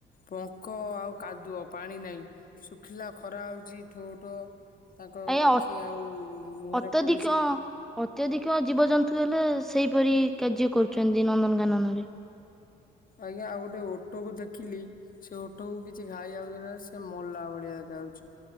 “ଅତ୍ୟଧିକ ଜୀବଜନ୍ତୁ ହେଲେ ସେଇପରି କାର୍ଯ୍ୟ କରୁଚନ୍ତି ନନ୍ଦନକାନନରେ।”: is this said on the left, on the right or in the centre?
Centre